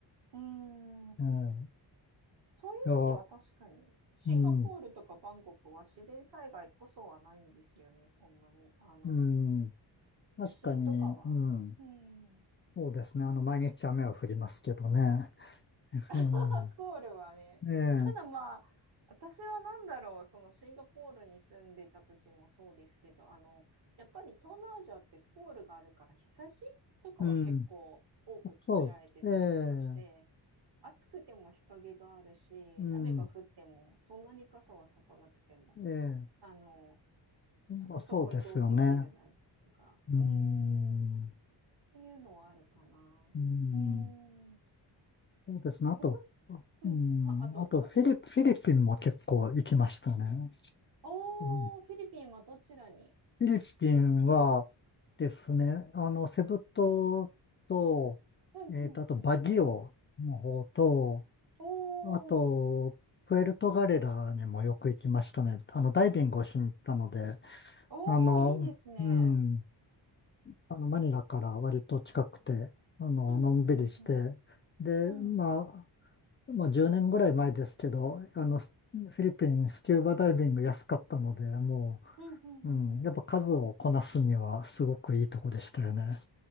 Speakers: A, on the right (about 60°); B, on the left (about 30°).
A: うん。
B: うん、い
A: そういう意味では確かに、
B: や、
A: シンガポールとかバンコクは自然災害こそはないんですよね、
B: うん、
A: そんなに。あの、
B: うん、確かに、
A: 地震とかは。
B: うん、
A: うん。
B: そうですね。あの、毎日雨は降りますけどね。<laughs>
A: <laughs> スコールはね。
B: ええ、ええ、
A: ただまあ、私はなんだろう、そのシンガポールに住んでた時もそうですけど、あの、やっぱり東南アジアってスコールがあるから日差しとかは結構多く作られてたりとかして、
B: うん、そう、ええ、
A: 暑くても日陰があるし、
B: うん、
A: 雨が降ってもそんなに傘はささなくても、
B: ええ、
A: あの、そこそこ移動できるなんとか、
B: まあ、そうですよね。うん、
A: うーん、っていうのはあるかな。
B: うん
A: うーん、
B: そうですね。あと、
A: 国、うん、
B: うん、
A: あ、あと、
B: あとフィリ、
A: あと、
B: フィリピンも結構行きましたね。
A: おー、
B: うん、フ
A: フィリピンはどちらに
B: ィリピンはですね、あの、セブ島と、
A: うんうんうん。
B: えっと、あとバギオの方と、
A: おー、
B: あと、プエルトガレラにもよく行きましたね。あの、ダイビングをしに行ったので、
A: おー、
B: あの、
A: いいですね。
B: うん、あの、マニラから割と近くて、あの、
A: うん、
B: のんびりして、
A: うん、うん、うん。
B: で、
A: うん、
B: まあ、まあ10年ぐらい前ですけど、あの、スフィリピンスキューバダイビング安かったので、も
A: うん、うん、
B: う、
A: うん。
B: うん、
A: うん
B: やっぱ数をこなすにはすごくいいとこでしたよね。